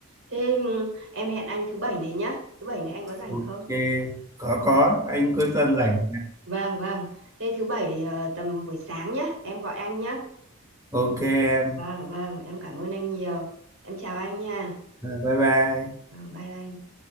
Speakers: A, on the right; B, on the right.
A: Thế ừm, em hẹn anh thứ bảy này nhá. Thứ bảy này anh có rảnh
B: Ok,
A: không?
B: có có, anh cuối tuần rảnh.
A: Vâng, vâng. Thế thứ bảy ờ, tầm buổi sáng nhé, em gọi anh nhé.
B: Ok em,
A: Vâng, vâng, em cảm ơn anh nhiều. Em chào anh nha.
B: Ờ, bye bye.
A: Vâng, bye bye.